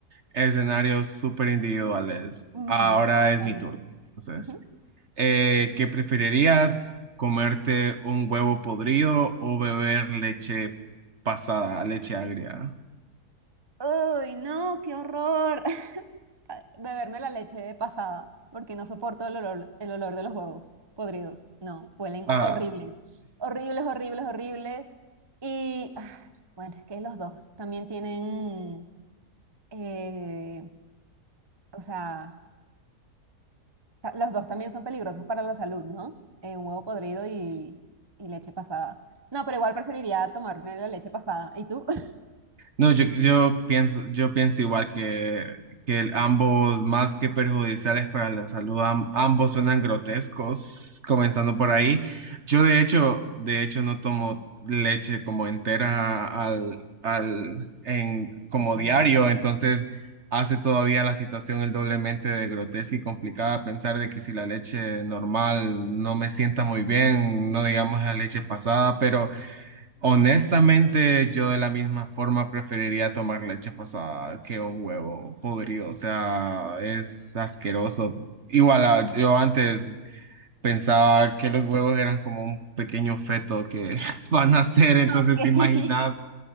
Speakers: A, on the right; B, on the right.
A: escenarios súper individuales.
B: Ujú,
A: Ahora es
B: también.
A: mi turno. Entonces,
B: Ujú.
A: eh, ¿qué preferirías? ¿Comerte un huevo podrido o beber leche pasada, leche agria?
B: Uy, no, qué horror. a- beberme la leche de pasada, porque no soporto el olor, el olor de los huevos podridos. No, huelen
A: Ah,
B: horribles, horribles, horribles, horribles. Y ah, bueno, es que los dos también tienen, eh, o sea, ta- los dos también son peligrosos para la salud, ¿no? Eh, un huevo podrido y, y leche pasada. No, pero igual preferiría tomarme la leche pasada. ¿Y tú? <laughs>
A: No, yo, yo pienso, yo pienso igual que, que el- ambos, más que perjudiciales para la salud, am- ambos suenan grotescos, comenzando por ahí. Yo de hecho, de hecho no tomo leche como entera al, al, en, como
B: Ok,
A: diario, entonces hace todavía la situación el doblemente de grotesca y complicada pensar de que si la leche normal no me sienta muy bien, no digamos la leche pasada, pero... Honestamente, yo de la misma forma preferiría tomar leche pasada que un huevo podrido. O sea, es asqueroso. Igual, ah, yo antes pensaba que los huevos eran como un pequeño feto que <laughs> van a ser. Entonces,
B: ok.
A: ¿te imaginas